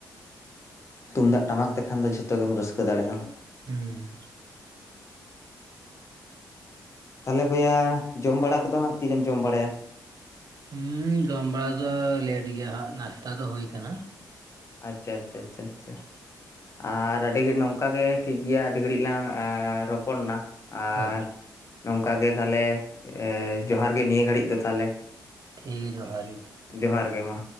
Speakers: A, on the left (about 35°); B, on the right (about 55°).
A: ᱛᱩᱢᱫᱟᱜ ᱴᱟᱢᱟᱠ ᱛᱮᱠᱷᱟᱱ ᱫᱚ ᱡᱷᱚᱛᱚ ᱜᱮᱢ ᱨᱟᱹᱥᱠᱟᱹ ᱫᱟᱲᱮᱭᱟᱜᱼᱟ᱾
B: ᱦᱩᱸ
A: ᱛᱟᱦᱞᱮ ᱵᱚᱭᱦᱟ ᱡᱚᱢ ᱵᱟᱲᱟ ᱠᱚᱫᱚ ᱦᱟᱸᱜ ᱛᱤᱨᱮᱢ ᱡᱚᱢ ᱵᱟᱲᱟᱭᱟ?
B: ᱦᱮᱸ ᱡᱚᱢ ᱵᱟᱲᱟ ᱫᱚ ᱞᱮᱴ ᱜᱮᱭᱟ ᱦᱟᱸᱜ ᱱᱟᱥᱛᱟ ᱫᱚ ᱦᱳᱭ ᱠᱟᱱᱟ᱾
A: ᱟᱪᱪᱷᱟ ᱟᱪᱪᱷᱟ ᱟᱪᱪᱷᱟ ᱟᱪᱪᱷᱟ ᱟᱨ ᱟᱹᱰᱤ ᱜᱷᱟᱲᱤ ᱱᱚᱝᱠᱟ ᱜᱮ ᱴᱷᱤᱠ ᱜᱮᱭᱟ ᱟᱹᱰᱤ ᱜᱷᱟᱹᱲᱤᱡ ᱞᱟᱝ ᱨᱚᱯᱚᱲᱱᱟ᱾ ᱟᱨ
B: ᱦᱳᱭ ᱦᱳᱭ
A: ᱱᱚᱝᱠᱟ ᱜᱮ ᱛᱟᱦᱞᱮ ᱡᱚᱦᱟᱨ ᱜᱮ ᱱᱤᱭᱟᱹ ᱜᱷᱟᱹᱲᱤᱡ ᱫᱚ ᱛᱟᱦᱞᱮ᱾
B: ᱴᱷᱤᱠ ᱜᱮ ᱡᱚᱦᱟᱨ ᱜᱮ᱾
A: ᱡᱚᱦᱟᱨ ᱜᱮ ᱢᱟ᱾